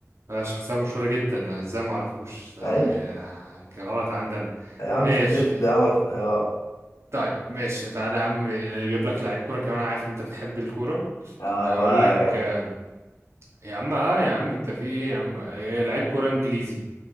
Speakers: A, on the right (about 55°); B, on the left (about 80°).
A: آه شخصية مشهورة جدا ازاي معرفوش آه
B: أيوه.
A: غلط عندنا
B: يا عم
A: ماشي
B: سلسلة الدعاء ولا في الطيارة
A: طيب ماشي تعالى يا عم اجيب لك لعيب كوره كمان أنا عارف إن انت بتحب الكوره
B: اه
A: هقول
B: يبقى
A: لك آه، يا عم اه يا عم انت في ايه يا عم آه، لعيب كوره انجليزي